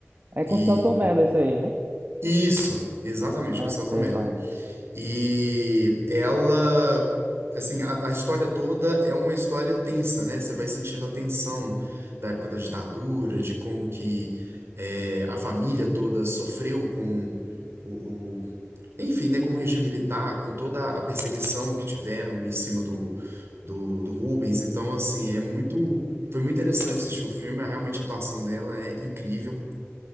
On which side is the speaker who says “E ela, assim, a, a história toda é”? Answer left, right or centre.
Right